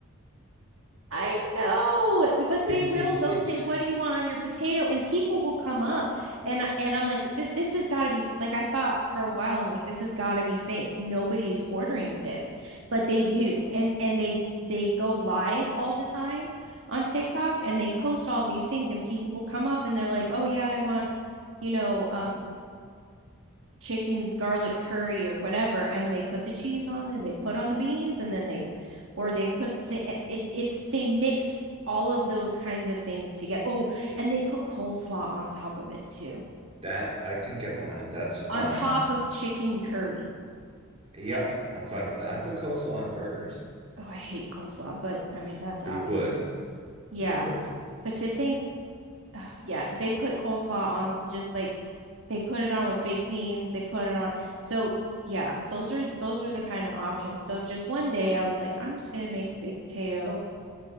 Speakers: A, on the right (about 60°); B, on the right (about 30°).
A: I know, but
B: It's,
A: they will.
B: it's,
A: They'll
B: it's,
A: say, "What do you want on your potato?" And people will come up, and and I'm like, "This this has got to be f-" like I thought for a while. I'm like, "This has got to be fake. Nobody's ordering this," but they do, and and they they go live all the time on TikTok, and they post all these things, and people will come up, and they're like, "Oh yeah, I want you know um chicken garlic curry or whatever and they put the cheese on and they put on the beans and then they or they put the it, it's they mix all of those kinds of things together. Oh, and they put coleslaw on top of it too.
B: That I can get behind. That's fine.
A: On top of chicken curry.
B: Yep, I'm fine with that. I put coleslaw on burgers.
A: Oh, I hate coleslaw, but I mean that's obvious.
B: You would.
A: Yeah.
B: You would.
A: But to think <sighs> oh, yeah, they put coleslaw on the- just like they put it on with baked beans, they put it on. So yeah, those are those are the kind of options. So just one day I was like, I'm just gonna make baked potato